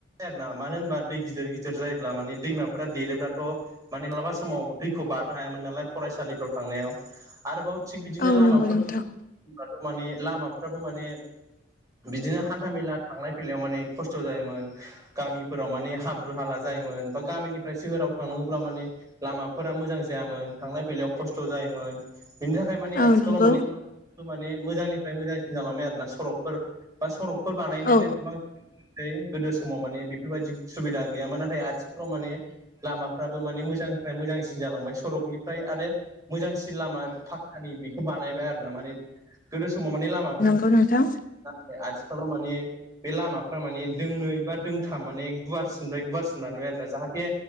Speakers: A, on the right (about 20°); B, on the left (about 45°).
A: आरो ना मानो होनबा दै गिदिर गिदिर जायोब्ला माने दैमाफोरा देरोब्लाथ' माने मालाबा समाव दैखौ बारनो हायामोन नालाय फरायसालिफ्राव थांनायाव आरोबाव थिग बिदिनो
B: औ
A: लामाफोरबाथ'
B: नंगौ नोंथां
A: माने लामाफ्राबो माने बिदिनो हान्था मेला थांलाय फैलायाव माने खस्थ' जायोमोन गामिफोराव माने हाब्रु हाला जायोमोन बा गामिनिफ्राय सोहोराव थांनांगौब्ला माने लामाफोरा मोजां जायामोन थांलाय फैलायाव खस्थ' जायोमोन बिनि थाखाय ओमफाय माने
B: औ
A: आथिखालाव
B: नंगौ
A: माने माने मोजांनिफ्राय मोजांसिन जालांबाय आरो ना सरकफोर बा सरकफोर बानायनायानो
B: औ
A: बांसिन गोदो समाव माने बेफोरबायदि सुबिदा गैयामोन नाथाय आथिखालाव माने लामाफ्राबो माने मोजांनिफ्राय मोजांसिन जालांबाय सरकनिफ्राय आरो। मोजांसिन लामा फाखकानि बेखौ बानायबाय आरोना माने गोदो समाव माने लामाफ्रा
B: हेल' नोंथां।
A: नाथाय आथिखालाव माने बे लामाफ्रा माने दोंनै बा दोंथाम माने गुवारसिनिफ्राय गुवारसिन बानायबाय आरोना जाहाते